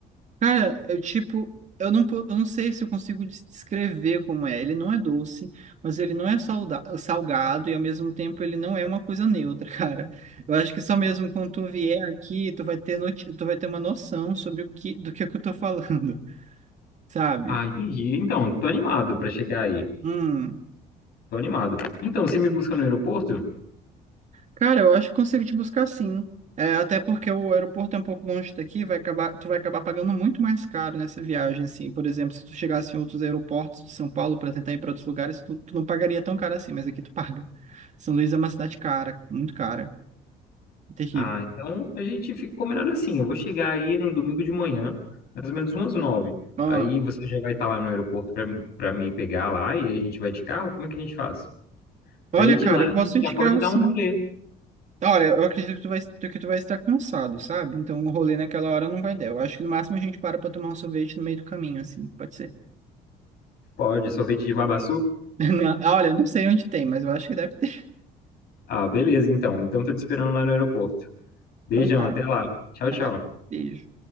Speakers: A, on the right; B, on the left.
A: Cara, eu tipo. Eu não, po- eu não sei se eu consigo des- descrever como é. Ele não é doce, mas ele não é salda- salgado e ao mesmo tempo ele não é uma coisa neutra, <laughs> cara. Eu acho que só mesmo quando tu vier aqui, tu vai ter, noti- tu vai ter uma noção sobre o que, do que, é que eu tô falando, <laughs> sabe?
B: Ah, entendi. Então, tô animado pra chegar aí.
A: Hum.
B: Tô animado. Então, você me busca no aeroporto?
A: Cara, eu acho que consigo te buscar sim. É, até porque o aeroporto é um pouco longe daqui, vai acabar, tu vai acabar pagando muito mais caro nessa viagem, assim. Por exemplo, se tu chegasse em outros aeroportos de São Paulo para tentar ir para outros lugares, tu, tu não pagaria tão caro assim, mas aqui tu paga. São Luís é uma cidade cara, muito cara, terrível.
B: Ah, então a gente fica combinado assim. Eu vou chegar aí no domingo de manhã, mais ou menos umas nove.
A: Ah,
B: Aí você já vai estar lá no aeroporto pra para me pegar lá e a gente vai de carro? Como é que a gente faz?
A: olha,
B: Daí de
A: cara,
B: lá
A: eu
B: a
A: posso
B: gente
A: ir
B: já
A: de
B: pode
A: carro
B: dar
A: sim.
B: um rolê.
A: Olha, eu acredito que tu vai, que tu vai estar cansado, sabe? Então o rolê naquela hora não vai dar. Eu acho que no máximo a gente para para tomar um sorvete no meio do caminho, assim, pode ser.
B: Pode, sorvete de babaçu?
A: <laughs> Não, Olha, eu não sei onde tem, mas eu acho que deve ter.
B: Ah, beleza, então. Então tô te esperando lá no aeroporto. Beijão,
A: Então tá.
B: até lá. Tchau,
A: Tá,
B: tchau.
A: beijo.